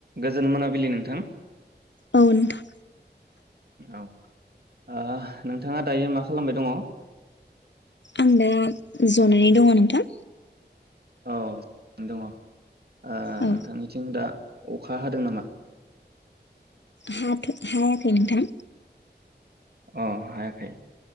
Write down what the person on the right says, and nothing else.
गोजोन मोनाबिलि नोंथां
औ ओ नोंथाङा दायो मा खालामबाय दङ।
औ ज दङ ओ
नोंथांनिथिं दा अखा हादों नामा?
अ हायाखै